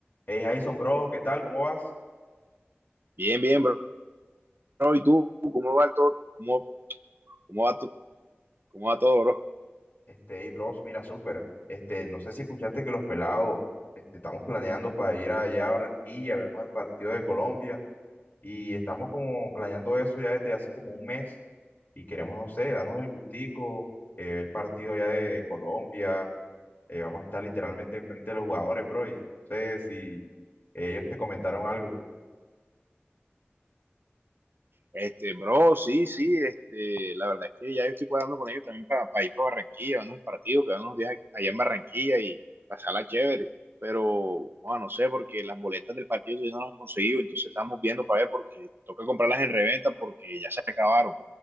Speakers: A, on the left; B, on the right.
A: Hey Jason, bro, ¿qué tal? ¿Cómo vas?
B: Bien, bien, bro. ¿Y tú? ¿Cómo va todo? ¿Cómo, cómo va, tu- cómo va todo, bro?
A: Este, hey, bros, mira, súper. Este, no sé si escuchaste que los pelados, este, estamos planeando para ir allá a Barranquilla, a vernos el partido de Colombia, y estamos como planeando eso ya desde hace como un mes, y queremos, no sé, darnos el gustico, eh, ver el partido allá de, de Colombia, eh, vamos a estar literalmente enfrente de los jugadores, bro, y no sé si ellos te comentaron algo.
B: Este, bro, sí, sí, este, la verdad es que ya yo estoy cuadrando con ellos también para, ir para Barranquilla, vernos el partido, quedarnos unos días allá en Barranquilla y pasarla chévere. Pero, bueno, no sé, porque las boletas del partido todavía no las he conseguido, entonces estamos viendo para ver porque toca comprarlas en reventa porque ya se acabaron,